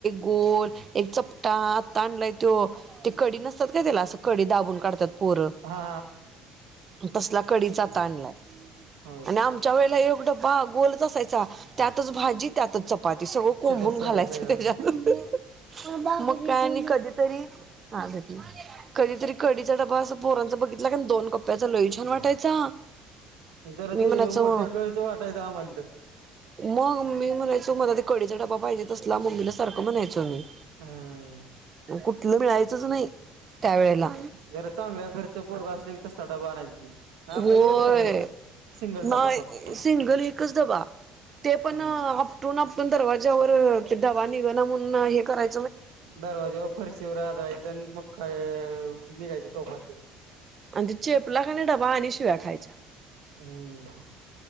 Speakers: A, on the right (about 35°); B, on the right (about 85°).
A: गोल एक चपटा ह ताडलाय तो ते कढी नसतात काय त्याला असं कडी दाबून काढतात पोरं
B: हा
A: तसला कडीचा त आणलाय
B: होय
A: आणि आमच्या वेळेला एक डब बा गोलच असायचा त्यातच भाजी त्यातच चपा चपाती सगळं कोंबून
B: ते सगळं
A: घालायचं
B: सगळं
A: त्याच्यात मग काय आणि कधीतरी हा कधीतरी कडीचा डबा असं पोरांच बघित दोन कप्ड्याचा लोई छान वाटायचा
B: जरा
A: मी
B: ते
A: म्हणायचो
B: मोठ्या गळचं वाटायचं आम्हाला तर
A: मग मी म्हणायचो मला ते कडीचा डबा पाहिजे तसला मम्मीला सारख म्हणायचो मी
B: हम्म
A: कुठलं मिळायचंच नाही त्यावेेळेला
B: जरा चांगलं घरचं पोरग असलं की तसा डबा आणायच
A: होय
B: आपल्याला एकटाळी सिंगल
A: म
B: डबा फक्त
A: सिंगल एकच दबा ते पण
B: हम्म
A: आपटून पण दरवाज्यावर डबा निघ ना म्हणून हे कराय
B: दरवाजेवर फरशीवर आदळायच आणि मका निघायच टोकाचे
A: आणि ते चेपला खानी डबा आणि शिव्या खायचा
B: हम्म.